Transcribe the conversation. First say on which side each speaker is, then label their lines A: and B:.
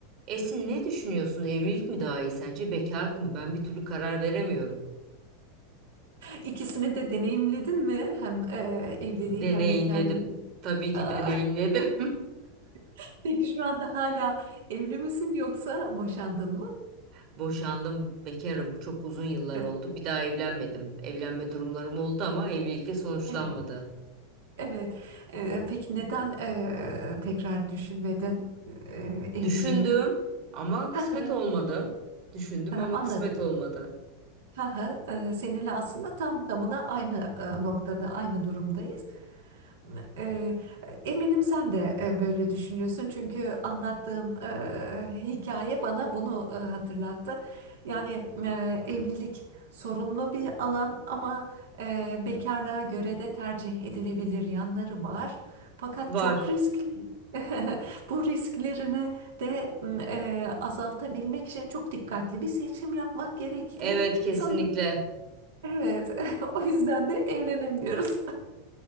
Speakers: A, on the right (about 50°); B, on the right (about 70°).
A: Esin ne düşünüyorsun? Evlilik mi daha iyi sence? Bekarlık mı? Ben bir türlü karar veremiyorum.
B: İkisini de deneyimledin mi? Hem e, evliliği
A: Deneyimledim.
B: hem bekarlığı.
A: Tabii ki
B: Aa,
A: deneyimledim.
B: <laughs> Peki şu anda hala evli misin yoksa boşandın mı?
A: <laughs> Boşandım, bekarım. Çok uzun yıllar
B: E,
A: oldu. Bir daha evlenmedim. Evlenme durumlarım oldu ama evlilikle sonuçlanmadı.
B: Evet. Evet. E, peki neden e, tekrar düşünmedin e, evliliği?
A: Düşündüm ama kısmet
B: <laughs>
A: olmadı. Düşündüm
B: E,
A: ama
B: Anladım.
A: kısmet olmadı.
B: Ha ha, e, Seninle aslında tam tamına aynı e, noktada, aynı durumdayız. Eee, Eminim sen de e, böyle düşünüyorsun çünkü anlattığım e, hikaye bana bunu e, hatırlattı. Yani e, evlilik sorunlu bir alan ama e, bekarlığa göre de tercih edilebilir yanları var. Fakat
A: Var.
B: çok riskli. <laughs> Bu risklerini de m, e, azaltabilmek için çok dikkatli bir seçim yapmak gerekli.
A: Evet, kesinlikle.
B: Sanırım evet. <laughs> O yüzden de evlenemiyoruz.